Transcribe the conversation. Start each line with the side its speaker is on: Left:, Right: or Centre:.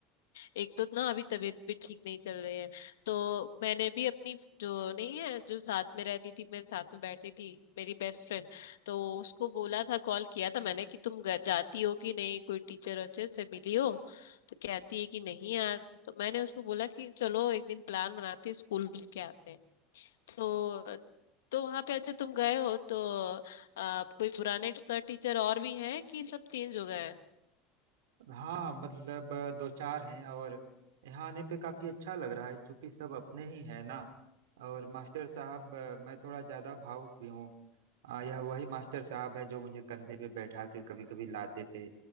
Left: एक तो ना अभी तबीयत भी ठीक नहीं चल रही है तो मैंने भी अपनी जो नहीं है जो साथ में रहती थी मेरे साथ में बैठती थी मेरी बेस्ट फ्रेंड तो उसको बोला था कॉल किया था मैंने कि तुम घर जाती हो कि नहीं कोई टीचर अच्छे से मिली हो तो कहती है कि नहीं यार तो मैंने उसको बोला कि चलो एक दिन प्लान बनाते हैं, स्कूल के आते हैं तो तो वहां पे अच्छा तुम गए हो तो आ, कोई पुराने टीचर और भी हैं कि सब चेंज हो गए हैं
Right: हाँ मतलब अ, दो चार हैं और यहाँ आने पे काफी अच्छा लग रहा है क्योंकि सब अपने ही हैं ना और मास्टर साहब अ, मैं थोड़ा ज्यादा भावुक भी हूँ आ, यह वही मास्टर साहब है जो मुझे कंधे पे बैठा के कभी कभी लाते थे